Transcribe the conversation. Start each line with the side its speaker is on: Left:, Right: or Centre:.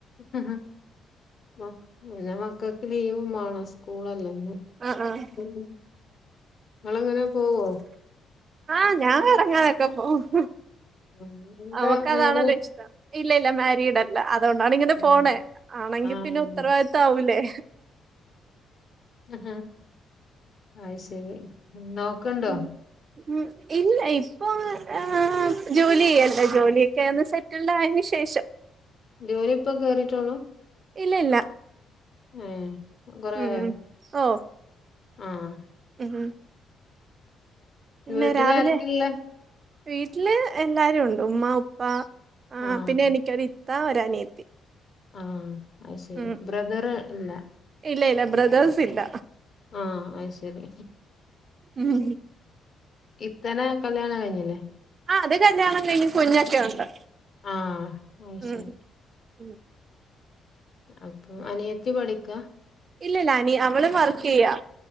Left: ആ ആ ന്നെ മക്കൾക്ക് ലീവും വേണോ സ്കൂളലിരുന്ന്
Right: ആഹ് ആഹ്
Left: ഇങ്ങള് എങ്ങനെ പോവോ
Right: ആ ഞാൻ കറങ്ങാനൊക്കെ പോവും
Left: ഉം. എന്താ
Right: നമ്മക്ക്
Left: മാരേ
Right: അതാണല്ലോ ഇഷ്ടം ഇല്ല ഇല്ല മാരീഡ് അല്ല അതുകൊണ്ടാണ് ഇങ്ങനെ
Left: ഉം
Right: പോണെ ആണെങ്കിൽ
Left: ആഹ്
Right: പിന്നെ ഉത്തരവാദിത്തം ആവില്ലേ
Left: ആ
Right: <inaudible>
Left: അയ് ശരി നോക്ക് ണ്ടോ
Right: ഉം ഉം ഇല്ല ഇപ്പൊ ആ ജോലി ചെയ്യല്ലേ ജോലിയൊക്കെന്ന് സെറ്റിൽഡ് ആയെന് ശേഷ ശേഷം
Left: ജോലി ഇപ്പൊ കേറിട്ടോളൂ
Right: ഇല്ല ഇല്ല
Left: ഏ കൊറേ
Right: ഉം
Left: ആയോ
Right: ഓ
Left: ആഹ്
Right: ഉം പിന്നെ
Left: വീട്ടില്
Right: രാവിലെ
Left: ആരൊക്കെ ഇള്ളെ
Right: വീട്ടില് എല്ലാരും ഉണ്ട് ഉമ്മ ഉപ്പ
Left: ആഹ്
Right: പിന്നെ എനിക്കൊരു ഇത്ത ഒരനിയത്തി
Left: ആ അത് ശരി
Right: ഉം
Left: ബ്രദറ് ഇല്ല
Right: ഇല്ല ഇല്ല ബ്രദേഴ്സ് ഇല്ല.
Left: ആ അത് ശരി
Right: ഉം
Left: ഇത്താനെ കല്യാണം കഴിഞ്ഞില്ലേ
Right: ആ അത് കല്യാണം കഴിഞ്ഞ് കുഞ്ഞൊക്കെ ഉണ്ട്
Left: ആഹ് അത്
Right: ഉം
Left: ശരി
Right: ഉം
Left: അപ്പൊ അനിയത്തി പഠിക്ക
Right: ഇല്ലല്ല അനി അവള് വർക്ക് ചെയ്യാ